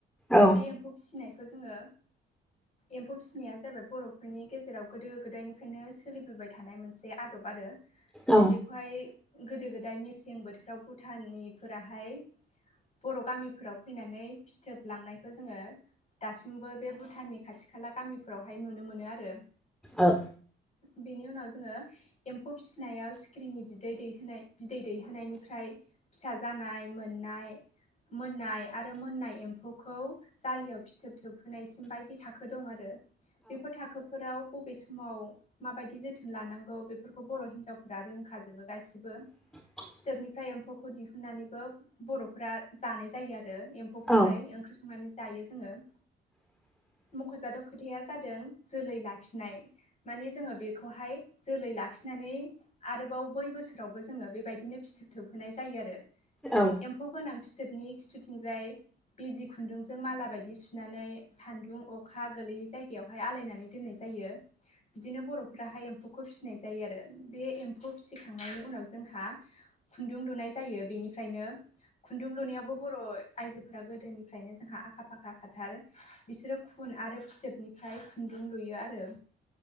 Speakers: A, in the centre; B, on the left.
A: औ
B: बे एम्फौ फिसिनायखौ जोङो एम्फौ फिसिनाया जाबाय बर'फोरनि गेजेराव गोदो गोदायनिफ्रायनो सोलिबोबाय थानाय मोनसे आदब आरो
A: औ
B: बेखौहाय गोदो गोदाय मेसें बोथोर राव भुटाननिफोराहाय बर' गामि फोराव फैनानै फिथोब लांनायखौ जोङो दासिमबो बे भुटाननि खाथि- खाला गामिफोरावहाय नुनो मोनो आरो
A: औ
B: बेनि उनाव जोङो एम्फौ फिसिनायाव सिखिरिनि बिदै दैहोनाय बिदै दैहोनायनि ओमफ्राय फिसा जानाय मोननाय मोननाय आरो मोननाय एम्फौखौ जालियाव फिथोब थोबहोनायसिम बायदि थाखो दं आरो बेफोर थाखोफोराव बबे समाव माबायदि जोथोन लानांगौ बेफोरखौ बर' हिनजावफोरा रोंखाजोबो गासिबो
A: <inaudible>
B: फिथोबनिफ्राय एम्फौखौ दिहुननानैबो बर'फोरा जानाय जायो आरो एम्फौखौहाय
A: औ
B: ओंख्रि सं नानै जायो जोङो
A: <inaudible>
B: मख'जाथाव खोथाया जादों जोलै लाखिनाय माने जोङो बेखौहाय जोलै लाखि नानै आरोबाव बै बोसोराव जोङो बेबायदिनो फि फिथोब थोबहोनाय जायो आरो
A: औ
B: एम्फौ गोनां फिथोबनि खिथुथिंजाय बिजि खुन्दुंजों माला बायदि सुनानै सान्दुं अखा गोलैयै जायगायावहाय आलायनानै दोननाय जा यो बिदिनो बर'फोराहाय एम्फौखौ फिसिनाय जायो आरो बे एम्फौ फिसिखांनायनि उनाव जों जोंहा खुन्दुं लुनाय जायो बेनिफ्रायनो खुन्दुं लुनायावबो बर' आइजो फोरा गोदोनि फ्रायनो जोंहा आखा फाखा खाथार बिसोरो खु आरो फिथोब निफ्राय खुन्दुं लुयो आरो।